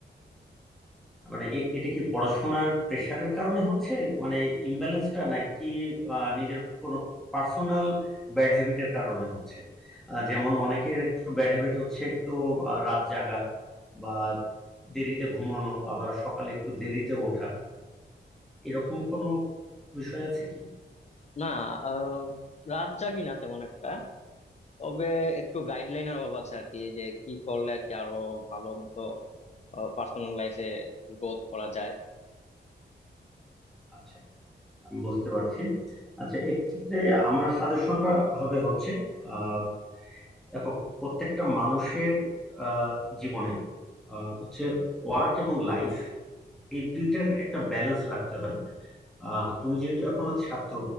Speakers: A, in the centre; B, on the left (about 35°).
A: মানে এ- এটা কি পড়াশোনার প্রেশারের কারণে হচ্ছে মানে ইমব্যালেন্সটা নাকি আহ, নিজের কোনো পার্সোনাল ব্যাড হ্যাবিটের কারণে হচ্ছে আহ, যেমন অনেকের একটু ব্যাড হ্যাবিট হচ্ছে একটু আহ, রাত জাগা বা দেরিতে ঘুমানো আবার সকালে একটু দেরিতে ওঠা এরকম কোনো বিষয় আছে কি
B: না আহ, রাত জাগি না তেমন একটা তবে একটু গাইডলাইনের অভাব আছে আর কি যে কি করলে আর কি আরো ভালো মতো পার্সোনাল লাইফে গ্রোথ করা যায়
A: আচ্ছা আমি বুঝতে পারছি আচ্ছা এক্ষেত্রে আমার সাজেশনটা হবে হচ্ছে আহ, দেখো প্রত্যেকটা মানুষের আহ, জীবনে আহ, হচ্ছে ওয়ার্ক এবং লাইফ এই দুইটার একটা ব্যালেন্স রাখতে হয় আহ, তুমি যেহেতু এখনো ছাত্র